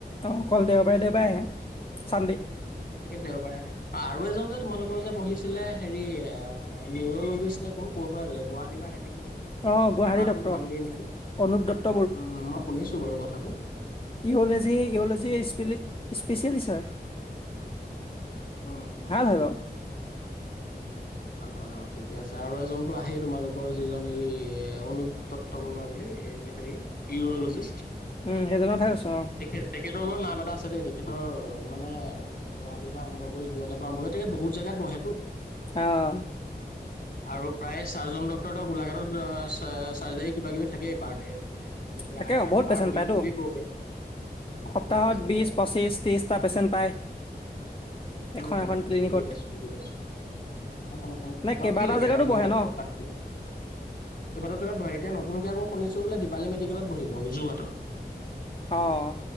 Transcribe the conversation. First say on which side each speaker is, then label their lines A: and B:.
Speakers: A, on the left; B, on the left.
A: অঁ অকল দেওবাৰে দেওবাৰে আহে চানডে।
B: তাকে দেওবাৰে আহে, আৰু এজন যে তোমালোকৰ যে বহিছিলে হেৰি নিউৰলজিষ্ট নে কোন কৰ পৰা গুৱাহাটী পৰা আহে নেকি তেখেত,
A: অ', গুৱাহাটী
B: মাহটোত
A: ডক্তৰ
B: ওৱান দে নেকি?
A: অনুপ দত্ত
B: উম মই শুনিছো বাৰু কথাটো।
A: ইউৰ'ল'জি ইউৰ'ল'জি স্পেচিয়েলিষ্ট হয়।
B: উম উম
A: ভাল
B: উম।
A: হয় বাৰু।
B: ভাল হয় অঁ ঠিকে আছে। আৰু এজনতো আহেই তোমালোকৰ যিজন এই এ অনুপ দত্ত বৰুৱা বুলি এই হেৰি ইউৰলজিষ্ট।
A: উম, সেইজনৰ কথা কৈছো অ'।
B: তেখেত তেখেতৰো নাম এটা আছে দেই, তেখেত তেখেতৰ মানে গুৱাহাটীৰ পৰা আৰম্ভ কৰি, যোৰহাটৰ পৰা আৰম্ভ কৰি, তেখেত বহুত জেগাত বহেতো।
A: অহ।
B: আৰু প্ৰায় চাৰ্জন ডক্তৰ তহ গোলাঘাটত চ চাৰ্জাৰী কিবা কিবি থাকেই পাৰ ডে মানে যেতিয়া
A: তাকে
B: আহে
A: বহুত
B: আৰু
A: পেচেণ্ট
B: পাৰ উইক
A: পায়তো।
B: বুলিয়ে ক'ব পাৰি।
A: সপ্তাহত
B: বহুত পেচেণ্ট
A: বিশ
B: আহে
A: পঁচিছ ত্ৰিছটা পেচেণ্ট পায়। এখন
B: উম হম
A: এখন
B: হম
A: ক্লিনিকত।
B: বুজি পাইছোঁ বুজি পাইছোঁ। এখন এখনকে
A: নে কেইবাটাও
B: আৰু কি লাগে
A: জেগাতো
B: আৰু এজন
A: বহে
B: ডক্টৰক
A: ন?
B: তাতকৈ। কেইবাটাও জেগাত বহে, এতিয়া নতুনকে আকৌ শুনিছো বোলে দীপালী মেডিকেলত বহিব যোৰহাটৰ।
A: অ',